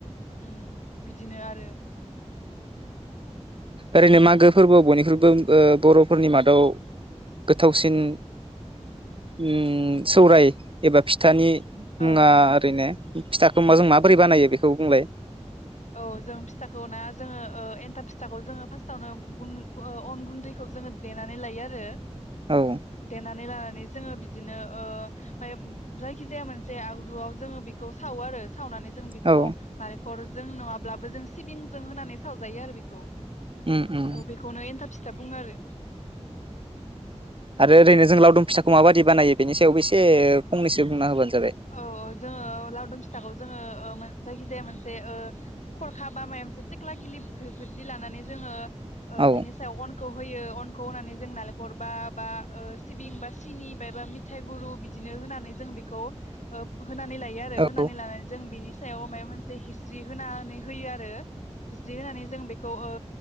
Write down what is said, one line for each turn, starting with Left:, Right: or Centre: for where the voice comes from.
Left: उम बिदिनो आरो
Right: ओरैनो मागो फोरबोआव बयनिख्रुइबो ओ बरफोरनि मादाव गोथावसिन उम सौराय एबा फिथानि
Left: औ
Right: मुङा
Left: औ
Right: ओरैनो फिथाखौ माजों माबोरै बानायो बेखौ बुंलाय?
Left: औ जों फिथाखौ ना जोङो ओ एनथाब फिथाखौ जोङो फास्तावनो ओ अन गुन्दैखौ जोङो देनानै लायो आरो
Right: औ
Left: दे नानै लाना नै जोङो बिदिनो ओ आं जायखि जाया मोनसे आगजुआव जोङो बेखौ सावो आरो सावनानै जों बेखौ
Right: औ
Left: नारें <unintelligible> जों नङाब्लाबो जों सिबिंजों होनानै सावजायो आरो बेखौ।
Right: उम उम
Left: औ बेखौनो एन्थाब फिथा बुङो आरो
Right: आरो ओरैनो जों लावदुम फिथाखौ माबायदि बानायो बेनि सायावबो एसे फंनैसो बुंना होबानो जाबाय
Left: औ जोङो लावदुम फिथाखौ जोङो। ओ मोन जायखिजाया मोनसे ओ खरखा बा माया मोनसे थेक्ला गिलि बेफोरदि लानानै जोङो। ओ
Right: औ
Left: बेनि सायाव अन खौ होयो अनखौ होनानै जों नालेंखर बा-बा ओ सिबिं बा सिनि बायबा मिथाइ गुरु बिदिनो होनानै जों बेखौ ओ होनानै लायो आरो
Right: औ
Left: होनानै
Right: औ
Left: लानानै जों बिनि सायाव मायाव मोनसे हिस्रि होनानै होयो आरो हिस्रि होनानै जों बे खौ ओ